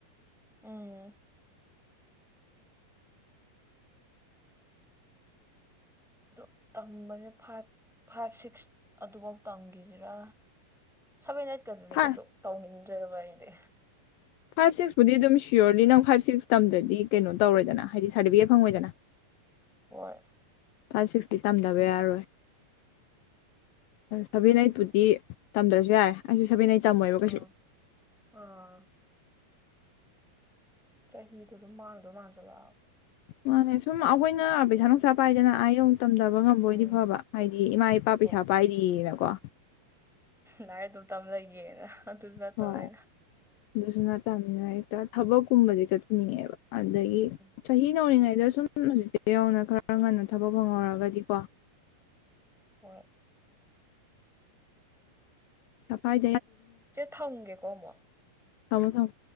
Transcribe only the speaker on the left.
ꯐꯥꯏꯚ
ꯐꯥꯏꯚ ꯁꯤꯛꯁꯄꯨꯗꯤ ꯑꯗꯨꯝ ꯁꯤꯌꯣꯔꯅꯤ ꯅꯪ ꯐꯥꯏꯚ ꯁꯤꯛꯁ ꯇꯝꯗ꯭ꯔꯗꯤ ꯀꯩꯅꯣ ꯇꯧꯔꯣꯏꯗꯅ ꯍꯥꯏꯗꯤ ꯁꯥꯔꯇꯤꯐꯤꯀꯦꯠ ꯐꯪꯉꯣꯏꯗꯅ
ꯐꯥꯏꯚ ꯁꯤꯛꯁꯇꯤ ꯇꯝꯗꯕ ꯌꯥꯔꯔꯣꯏ ꯁꯚꯦꯟ ꯑꯩꯠꯄꯨꯗꯤ ꯇꯝꯗ꯭ꯔꯁꯨ ꯌꯥꯔꯦ ꯑꯩꯁꯨ ꯁꯦꯕꯦꯟꯩ ꯇꯝꯃꯣꯏꯕ
ꯀꯩꯁꯨ
ꯃꯥꯅꯦ ꯁꯨꯝ ꯑꯩꯈꯣꯏꯅ ꯄꯩꯁꯥ ꯅꯨꯡꯁꯥ ꯄꯥꯏꯗꯅ ꯑ ꯌꯧ ꯇꯝꯊꯕ ꯉꯝꯕꯣꯏꯗꯤ
ꯐꯕ ꯍꯥꯏꯗꯤ ꯏꯃꯥ ꯏꯄꯥ
ꯄꯩꯁꯥ ꯄꯥꯏꯔꯤꯌꯦꯅꯀꯣ
ꯍꯣꯏ
ꯑꯗꯨꯁꯨ ꯅꯠꯇꯕꯅꯤꯅ ꯍꯦꯛꯇ ꯊꯕꯛꯀꯨꯝꯕꯗꯤ ꯊꯤꯅꯤꯡꯉꯦꯕ ꯑꯗꯒꯤ
ꯆꯍꯤ ꯅꯧ ꯉꯥꯏ ꯁꯤꯗ ꯁꯨꯝ ꯍꯧꯖꯤꯛꯇꯤ ꯌꯧꯅ ꯈꯔ ꯉꯟꯅ ꯊꯕꯛ ꯐꯪꯍꯧꯔꯒꯗꯤꯀꯣ
ꯆꯄꯥꯏ
ꯊꯝꯃꯣ ꯊꯝꯃꯣ